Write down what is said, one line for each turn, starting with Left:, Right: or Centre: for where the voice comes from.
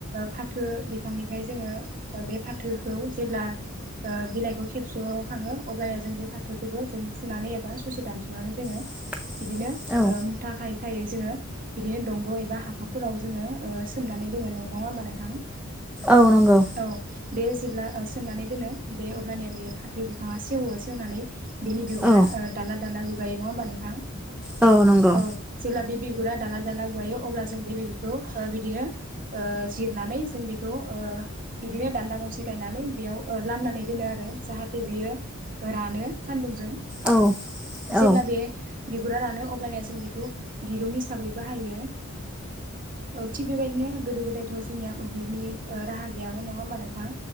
Right: फाथो बिफांनिफ्राय जोङो बे फाथोखौ जेब्ला बिलाइखौ खेबस' खाङो अब्लानोा जों बे फाथोखौबो जों फुनानै एबा सुसे दानस'नानै जोङो।
Centre: <inaudible>
Right: बिदिनो
Centre: औ
Right: मुथााखायय फेखायै जोङो बिदिनो दंग' एबा हाखरफोराव जोङो अ, सोमनानै दोङो, नङा होमबा नोंथां?
Centre: औ नंगौ
Right: औ बे जेब्ला सोमनानै दोनो बे अब्लानिया बे फाथो बिफाङा सेवो सेवनानै बेनि बिगुरा
Centre: औ
Right: दाला दाला गुगायो नङा होमबा नोंथां?
Centre: औ नंगौ
Right: औ जेब्ला बे बिुर गुरा दाला दाला गुवायो अब्ला जों बे बिगुरखौ बिदिनो जिरनानै जों बेखौ बिदिनो दान्दा गंसे गायनानै बेयाव लामनानै दोनो आरो जाहाथे बियो रानो सान्दुं ज
Centre: औ औ
Right: गुरा रानो अबानया जों बेखौ दिरुं हिसाबै बाहायो। औ थिग बेबायदिनो गोदो गोदायथ' जोंनिया मोब्लिबनि राहा गैयामोन नङा होमबा नोंथां?